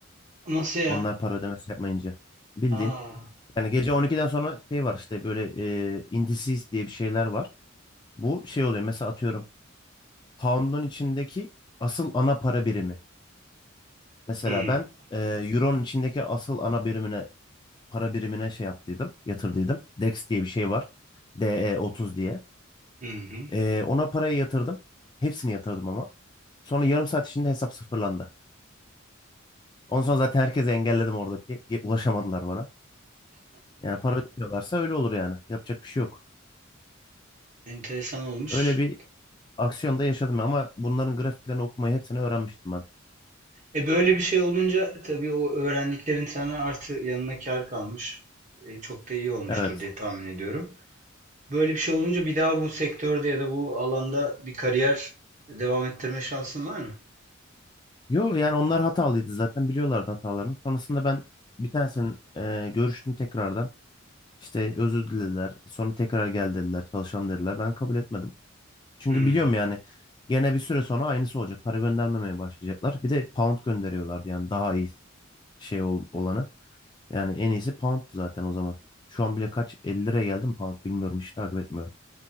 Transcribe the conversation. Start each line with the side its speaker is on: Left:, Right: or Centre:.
Right: Nasıl ya?
Left: Onlar para ödemesi yapmayınca. Bildiğin.
Right: Aa,
Left: Yani gece on iki'den sonra şey var işte böyle e, indices diye bir şeyler var. Bu şey oluyor mesela atıyorum. Pound'un içindeki asıl ana para birimi. Mesela
Right: hmm,
Left: ben e, Euro'nun içindeki asıl ana birimine para birimine şey yaptıydım, yatırdıydım. DEX diye bir şey var. DE30 diye.
Right: hı hı.
Left: Ee, ona parayı yatırdım. Hepsini yatırdım ama. Sonra yarım saat içinde hesap sıfırlandı. Ondan sonra zaten herkesi engelledim oradaki. Ge- Ulaşamadılar bana. Yani para ödüyorlarsa öyle olur yani. Yapacak bir şey yok.
Right: Enteresan olmuş.
Left: Öyle bir aksiyonda yaşadım ama bunların grafiklerini okumayı hepsini öğrenmiştim ben.
Right: E böyle bir şey olunca tabii o öğrendiklerin sana artı yanına kar kalmış. E, çok da iyi olmuştur
Left: Evet.
Right: diye tahmin ediyorum. Böyle bir şey olunca bir daha bu sektörde ya da bu alanda bir kariyer devam ettirme şansın var mı?
Left: Yo yani onlar hatalıydı zaten biliyorlardı hatalarını. Sonrasında ben bir tanesinin e, görüştüm tekrardan. İşte özür dilediler. Sonra tekrar gel dediler. Çalışalım dediler. Ben kabul etmedim. Çünkü
Right: Hmm,
Left: biliyorum yani gene bir süre sonra aynısı olacak. Para göndermemeye başlayacaklar. Bir de pound gönderiyorlardı yani daha iyi şey ol- olanı. Yani en iyisi pound'tu zaten o zaman. Şu an bile kaç 50 liraya geldim pound bilmiyorum hiç takip etmiyorum.